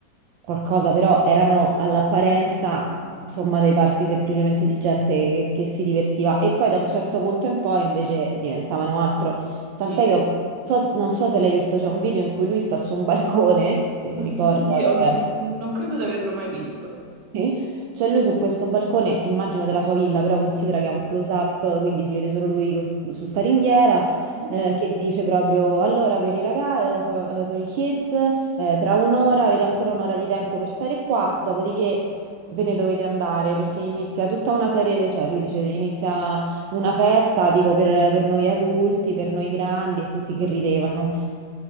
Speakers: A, on the right (about 80°); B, on the right (about 60°).
A: qualcosa, però erano all'apparenza insomma dei party semplicemente di gente che, che si divertiva e poi da un certo punto in poi invece diventavano altro.
B: sì.
A: Tant'è che ho- so- non so se l'hai visto, c'è un video in cui lui sta su un balcone, che
B: <laughs>
A: ricorda,
B: Io
A: vabbè.
B: non credo di averlo mai visto.
A: Sì. C'è lui su questo balcone, immagino della sua villa, però considera che è un close-up, quindi si vede solo lui cos- su sta ringhiera,
B: Mhm.
A: eh, che dice proprio, allora per i ragazzi, per i kids, eh, tra un'ora, avete ancora un'ora di tempo per stare qua, dopodiché ve ne dovete andare, perché inizia tutta una serie, cioè lui dice, inizia una festa tipo per, per noi adulti, per noi grandi e tutti che
B: Oddio.
A: ridevano.